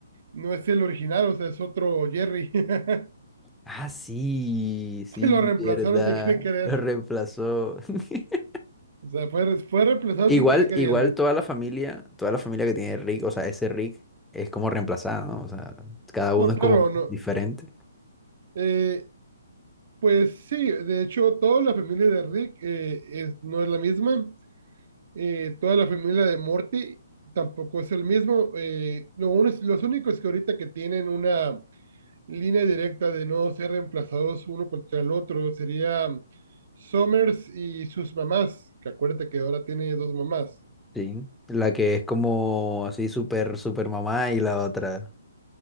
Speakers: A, on the right; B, in the centre.
A: no es el original, o sea, es otro Jerry. <laughs>
B: Ah, sí, sí,
A: Se lo reemplazaron
B: verdad.
A: sin querer querer.
B: Lo reemplazó. <laughs>
A: O sea, fue, re- fue reemplazado
B: Igual,
A: sin querer queriendo.
B: igual toda la familia, toda la familia que tiene Rick, o sea, ese Rick es como reemplazada, ¿no? O sea, cada uno
A: No,
B: es
A: claro,
B: como
A: no.
B: diferente.
A: Eh, pues sí, de hecho, toda la familia de Rick eh, es- no es la misma. Eh, toda la familia de Morty tampoco es el mismo. Eh, lo uno es- los únicos que ahorita que tienen una línea directa de no ser reemplazados uno contra el otro sería Summers y sus mamás, que acuérdate que ahora tiene dos mamás.
B: Sí, la que es como así súper, súper mamá y la otra,